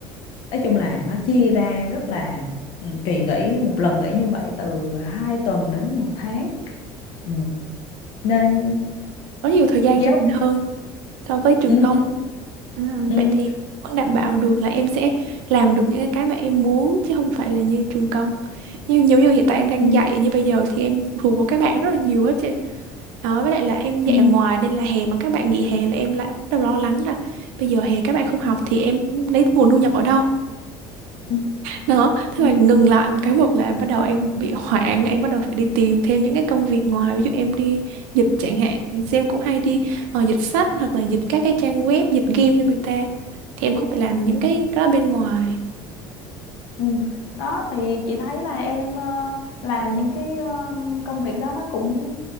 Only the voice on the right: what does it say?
Có nhiều thời gian
cho mình
hơn so với trường
công.
Ừ,
vậy thì vẫn đảm bảo được là em sẽ làm được những cái mà em muốn chứ không phải là như trường công. Như nhiều như hiện tại em đang
dạy như bây giờ thì em phụ thuộc vào các bạn rất là nhiều á chị. Đó, với lại là em dạy
ở ngoài nên là hè mà các bạn nghỉ hè là em lại bắt đầu lo lắng là bây giờ hè các bạn không học thì em lấy nguồn thu nhập ở đâu?
Đó, thế
mà ngừng lại một cái một là bắt đầu em bị hoảng, em bắt đầu phải đi tìm thêm những cái công việc ngoài, ví dụ em đi dịch chẳng hạn, thì em cũng hay đi ờ, dịch sách hoặc là dịch các cái trang web, dịch game cho người ta. Thì em vẫn phải làm những
cái cái đó bên ngoài.